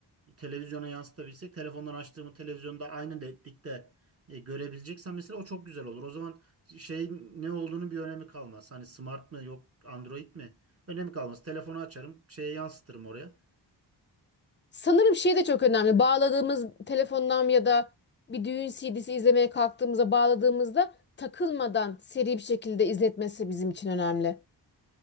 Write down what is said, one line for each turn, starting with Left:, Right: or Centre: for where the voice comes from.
Right: televizyona yansıtabilsek telefondan açtığımı televizyonda aynı netlikte e, görebileceksem mesela o çok güzel olur. O zaman şeyin ne olduğunu bir önemi kalmaz. Hani smart mı yok Android mi? Önemi kalmaz. Telefonu açarım, şeye yansıtırım oraya.
Left: Sanırım şey de çok önemli. Bağladığımız telefondan ya da bir düğün CD'si izlemeye kalktığımızda bağladığımızda takılmadan seri bir şekilde izletmesi bizim için önemli.